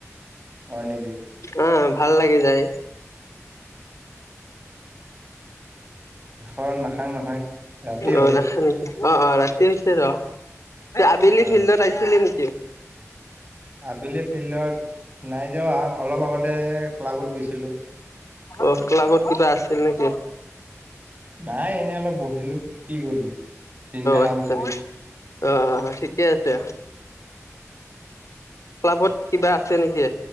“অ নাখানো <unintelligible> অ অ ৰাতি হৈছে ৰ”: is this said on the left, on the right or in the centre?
Left